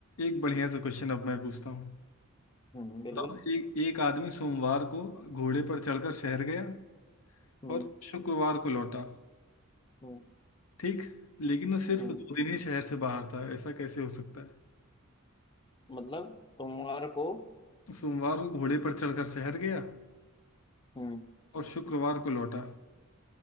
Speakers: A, on the left; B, on the left.
A: एक बढ़िया सा क्वेश्चन अब मैं पूछता हूँ
B: हम्म बिल्कुल
A: बताओ एक एक आदमी सोमवार को घोड़े पर चढ़कर शहर गया
B: हम्म
A: और शुक्रवार को लौटा
B: हम्म
A: ठीक लेकिन वो सिर्फ
B: हम्म
A: दो दिन ही शहर से बाहर था ऐसा कैसे हो सकता है
B: मतलब तुम्हारे को
A: सोमवार को घोड़े पर चढ़कर शहर गया
B: हम्म,
A: और शुक्रवार को लौटा